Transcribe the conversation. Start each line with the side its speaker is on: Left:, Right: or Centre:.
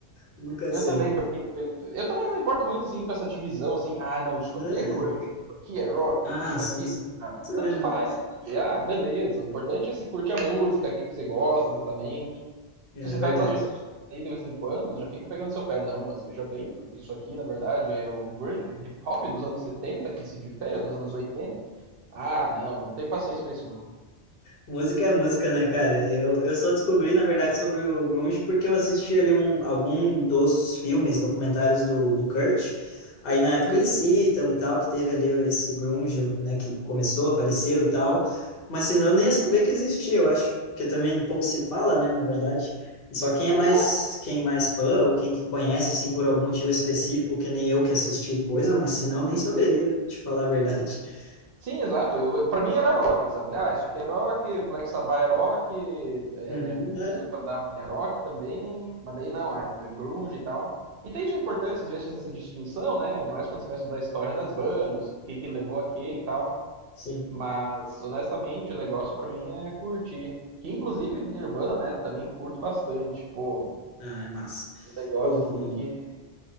Left: Nunca
Right: eu
Left: sei.
Right: também, porque eu também não importo muito assim com essa divisão assim, ah não, isso
Left: É.
Right: aqui é grunge, isso aqui é rock,
Left: Ah,
Right: isso
Left: sim,
Right: aqui
Left: sim.
Right: ah,
Left: Também
Right: tanto
Left: não.
Right: faz, sabe? Ah, beleza. O importante é se curte a música, o que que você gosta exatamente.
Left: É
Right: Se você
Left: verdade.
Right: pega umas redes aí de vez em quando, eles já ficam pegando seu pé. Não, mas veja bem, porque isso aqui, na verdade, é o grunge hip hop dos anos 70 que se difere dos anos oitenta Ah, não, não tem paciência pra isso, não.
Left: Música é música, né, cara? Eu, eu só descobri, na verdade, sobre o grunge porque eu assisti ali um, algum dos filmes, documentários do, do Kurt. Aí, na época,
Right: Hum,
Left: eles citam e tal, que teve ali esse grunge, né, que começou, apareceu e tal. Mas, senão, eu nem ia saber que existia, eu acho. Porque também pouco se fala, né, na verdade. Só quem
Right: pois
Left: é mais,
Right: é,
Left: quem é mais fã ou quem que conhece, assim, por algum motivo específico, que nem eu que assisti o coisa, mas, senão, eu nem saberia, te falar a verdade. <laughs>
Right: sim, exato. Eu, eu- pra mim era rock, sabe? Ah, isso aqui é rock, Black Sabbath é rock, é,
Left: Uhum, é,
Right: System of a Down é rock também, mas daí não, ah, é grunge e tal. E tem sua importância, às vezes, fazer essa distinção, né? Ainda mais quando você vai estudar a história das bandas, o que que levou a quê e tal.
Left: sim.
Right: Mas, honestamente, o negócio pra mim é curtir. Que, inclusive, Nirvana, né, também curto bastante. Pô,
Left: Ah, é massa.
Right: um negócio
Left: O-
Right: assim que,